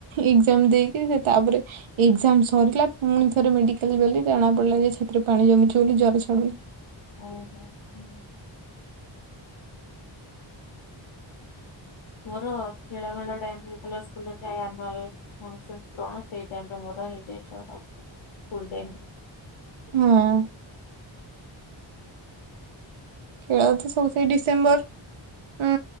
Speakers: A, on the right (about 80°); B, on the left (about 75°).
A: ଏକ୍ସାମ ଦେଇକି ସେ ତାପରେ ଏଜାମ ସରିଲା ପୁଣି ଥରେ ମେଡିକାଲ ଗଲି ଜଣା ପଡିଲା ଯେ ସେଥୀରେରେ ପାଣି ଜମିଛି ବୋଲି ଜର ଛଡୁନି।
B: ଓ ହୋ ହୁଁ ମୋର ଖେଳ ମେଳ ଟାଇମ ରେ ଯେତେବେଳେ ସ୍କୁଲରେ ଥାଏ ଆନୁଆଲ। କଣ ସେଇ ଟାଇମ ଟା ମୋର ହେଇଯାଇ <inaudible>
A: ହଁ ଖେଳ ତ ସବୁ ସେ ଡିସେମ୍ବର